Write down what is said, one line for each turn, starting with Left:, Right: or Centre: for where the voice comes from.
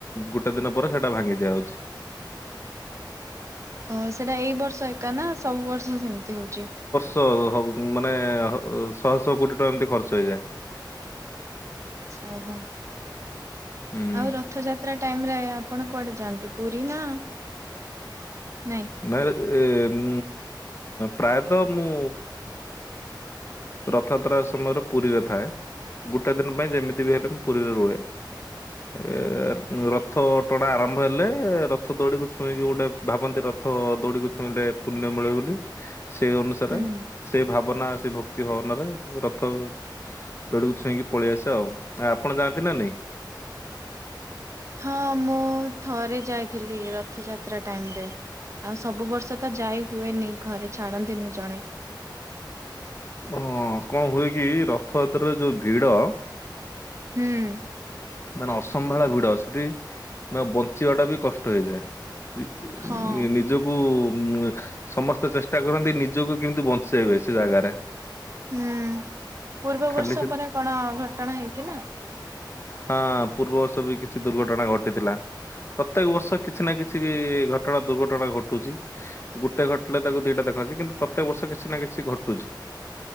Left: ଗୋଟେ ଦିନ ପରେ ସେଇଟା ଭାଙ୍ଗି ଦିଆଯାଉଛି।
Right: ଓ ସେଟା ଏଇ ବର୍ଷ ଏକା ନା ସବୁ ବର୍ଷ ସେମିତି ହଉଛି।
Left: ଶହ <unintelligible> ମାନେ ଶହ ଶହ କୋଟି ଟଙ୍କା ଏମିତି ଖର୍ଚ୍ଚ ହେଇଯାଏ।
Right: ଓହୋ,
Left: ହୁଁ
Right: ଆଉ ରଥଯା ଟାଇମ ରେ ଆପଣ କୁଆଡେ ଯାଆନ୍ତି ପୁରୀ ନା ନାଇଁ?
Left: ନାଇ ଉ ପ୍ରାୟତଃ ମୁଁ ରଥାଯାତ୍ରା ସମୟରେ ପୁରୀରେ ଥାଏ। ଗୋଟେ ଦିନ ପାଇଁ ଯେମିତି ବି ହେଲେ ମୁଁ ପୁରୀରେ ରୁହେ। ଏ ରଥ ଟଣା ଆରମ୍ଭ ହେଲେ ରଥ ଦୋଡିିକକୁ ଛୁଇଁକି ଗୋଟେ ଭାବନ୍ତି ରଥ ଦୌଡିିକ ଛୁଇଁଲେ ପୁଣ୍ୟ ମିଳେ ବୋଲି। ସେଇ ଅନୁସାରେ
Right: ହୁଁ।
Left: ସେ ଭାବନା ସେ ଭକ୍ତି ହଁ ମାନେ ରଥ ଦୌଡ଼ିକୁ ଛୁଇଁକି ପଳେଇ ଆସେ ଆଉ ଆପଣ ଯାଆନ୍ତି ନା ନାଇଁ?
Right: ହଁ ମୁଁ ଥରେ ଯାଇଥିଲି ରଥଯାତ୍ରା ଟାଇମ ରେ। ଆଉ ସବୁ ବର୍ଷ ତ ଯାଇ ହୁଏନି ଘରେ ଛାଡନ୍ତିନି ଜଣେ।
Left: ହଁ କଣ ହୁଏ କି ରଥଯାତ୍ରାରେ ଯୋଉ ଭିଡ
Right: ହୁଁ
Left: ମାନେ ଅସମ୍ଭାଳ ଭିଡ ସେଠି ମାନ ବଞ୍ଚିବା ଟା ବି କଷ୍ଟ ହେଇଯାଏ।
Right: ହଁ
Left: ନିଜକୁ ଉ ସମସ୍ତେ ଚେଷ୍ଟା କରନ୍ତି ନିଜକୁ କେମିତି ବଞ୍ଚ ସେ ଵେ ସେ ଜାଗାରେ।
Right: ହୁଁ ପୂର୍ବ
Left: ଖାଲି
Right: ବର୍ଷ
Left: ସେ
Right: ପରା କଣ ଘଟଣା ହେଇଥିଲା।
Left: ହଁ ପୂର୍ବ ସେ ବି କିଛି ଦୁର୍ଘଟଣା ଘଟିଥିଲା। ପ୍ରତ୍ୟେକ ବର୍ଷ କିଛି ନା କିଛି ଘଟଣା ଦୁର୍ଘଟଣା ଘଟୁଛି। ଗୋଟେ ଘଟିଲେ ତାକୁ ଦି ଟା ଦେଖଛି କିନ୍ତୁ ପ୍ରତ୍ୟେକ ବର୍ଷ କିଛି ନା କିଛି ଘଟୁଛି।